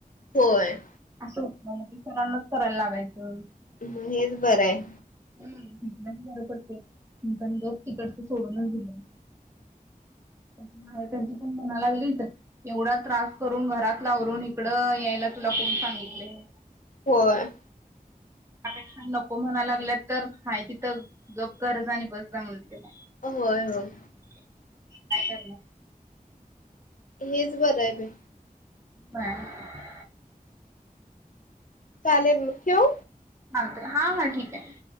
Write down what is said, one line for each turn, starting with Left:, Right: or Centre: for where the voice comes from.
Left: होय.
Right: असं होतं मग ते सरांनाच करायला लागायचं.
Left: मग हेच बरं आहे.
Right: हम्म हितनच बर पडतय <unintelligible> तिकडच सोडूनच दिल मी. माहेर त्यांची पण मना लागली. <unintelligible> एवढा त्रास करून घरातल आवरून इकडं यायला तुला कोण सांगितलय.
Left: होय.
Right: त्यापेक्षा नको म्हणा लागल्यात तर हाय तिथं गप कर जा आणि बस जा म्हणते.
Left: होय होय.
Right: काय करणार.
Left: हेच बरं आहे बाई.
Right: हा.
Left: चालेल म ठेऊ?
Right: चालतंय हा हा ठीक आहे.